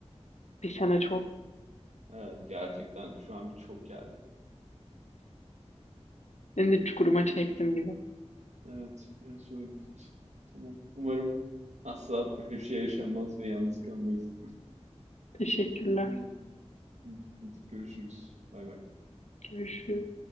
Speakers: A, on the left; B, on the right.
A: Bir sene çok.
B: Evet gerçekten şu an bir çok geldi.
A: Beni de çukuruma çektim gibi.
B: Evet biraz öyle. oldu. Tamam umarım asla böyle bir şey yaşanmaz ve yalnız kalmayız.
A: Teşekkürler.
B: <laughs> Tamam. Tamam. Hadi görüşürüz. Bay bay.
A: Görüşürüz.